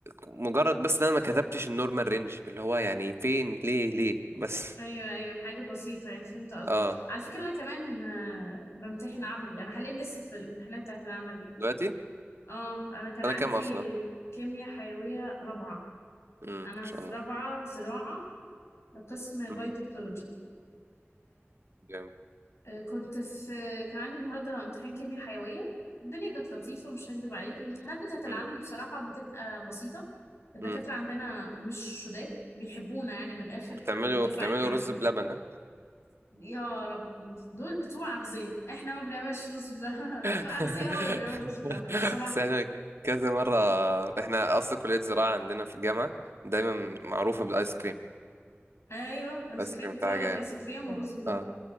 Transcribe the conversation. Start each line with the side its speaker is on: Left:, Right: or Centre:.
Right: مجرد بس ان انا ما كتبتش النورمال رينج اللي هو يعني فين ليه ليه بس
Left: أيوه أيوه حاجة بسيطة يعني فهمت
Right: <laughs>
Left: قصدك
Right: اه
Left: على فكرة أنا كمان آه، بمتحن عملي أنا حاليا لسه في الامتحانات بتاعت العملي
Right: دلوقتي
Left: آه أنا كان عندي
Right: انا كام اصلا
Left: كيمياء حيوية رابعة
Right: امم
Left: أنا
Right: ان
Left: في
Right: شاء الله
Left: رابعة زراعة قسم بايوتكنولوجي
Right: امم جامد
Left: آه، كنت في كان عندي النهارده امتحان كيمياء حيويه الدنيا كانت لطيفه مش هكدب عليك الامتحانات بتاعه العملي
Right: امم
Left: بصراحه بتبقى بسيطه الدكاتره
Right: امم
Left: عندنا مش شداد بيحبونا يعني من الاخر احنا
Right: بتعملوا
Left: من الدفعه
Right: بتعملوا
Left: المحبوبه
Right: رز بلبن ها
Left: يا ربي دول بتوع اغذيه احنا ما بنعملش رز بلبن <laughs> بتوع
Right: <laughs>
Left: اغذيه هو اللي بيعمل رز بلبن لو سمحت
Right: بس احنا كذا مرة احنا اصلا كلية زراعة عندنا في الجامعة دايما معروفة بالايس كريم
Left: ايوه ايس
Right: الايس
Left: كريم
Right: كريم
Left: كنت
Right: بتاعها
Left: هقول
Right: جامد
Left: لك ايس كريم ورز بلبن
Right: اه